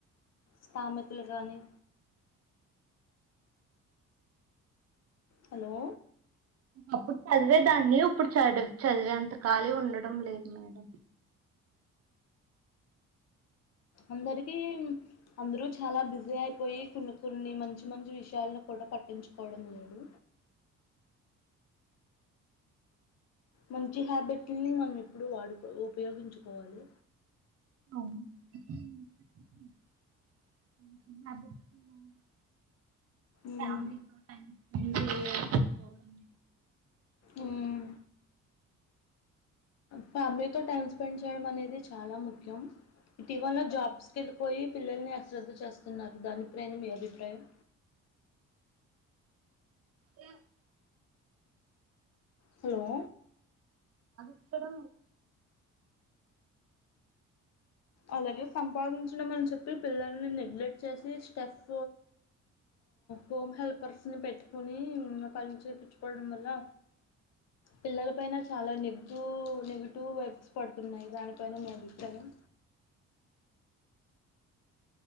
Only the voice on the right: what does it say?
అప్పుడు చదివేదాన్ని ఇప్పుడు చది చదివే అంత కాలి ఉండడం లేదు మేడం
అవు <unintelligible>
ఫ్యామిలీతో టైమ్ స్పెండ్ చేయటం
<unintelligible>
అతే
ఇక్కడ